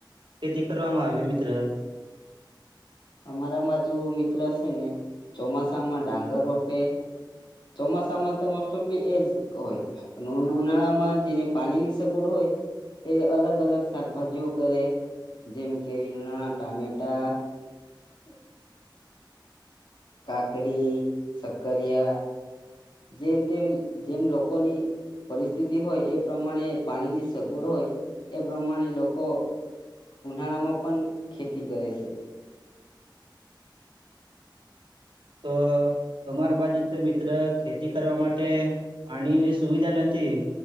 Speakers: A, on the right; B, on the left.
A: ખેતી કરવામાં આવે મિત્ર?
B: અમારામાં જો મિત્ર સેને ચોમાસામાં ડાંગર રોપે. ચોમાસામાં તો મોસ્ટ ઓફલી એ જ હોય પણ ઉનાળામાં જેને પાણીની સગવડ હોય એ અલગ અલગ શાકભાજીઓ કરે જેમ કે રીંગણા, ટામેટા હ કાકડી, શક્કરિયા. જેમ તેમ જેમ લોકોની પરિસ્થિતિ હોય એ પ્રમાણે પાણીની સગવડ હોય એ પ્રમાણે લોકો ઉનાળામાં પણ ખેતી કરે સે.
A: તો અમાર બાજુ તો મિત્ર ખેતી કરવા માટે પાણીની સુવિધા નથી.